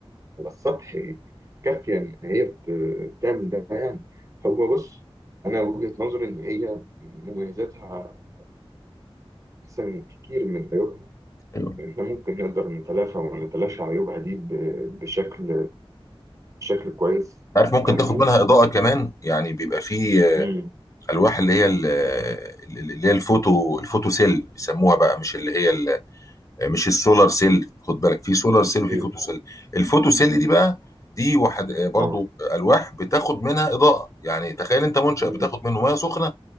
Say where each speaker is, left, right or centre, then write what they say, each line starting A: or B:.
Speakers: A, on the right; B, on the left.
A: على السطح كافية إن هي ت- تعمل ده يعني هو بص أنا وجهة نظري إن هي مميزاتها أحسن كتير من عيوبها
B: ايوه
A: إحنا ممكن نقدر نتلافى ونتلاشى عيوبها دي ب- بشكل بشكل كويس
B: عارف ممكن
A: يعني
B: تاخد
A: و...
B: منها اضاءه كمان يعني بيبقى في
A: امم
B: الواح اللي هي ال- اللي هي الفوتو الفوتو سيل بيسموها بقى مش اللي هي مش السولار سيل خد بالك في سولار سيل وفي
A: ايوه
B: فوتو سيل الفوتو سيل دي بقى دي واحد آه، برضو
A: اه
B: الواح بتاخد منها اضاءه يعني تخيل انت منشأ
A: امم
B: بتاخد منه ميه سخنه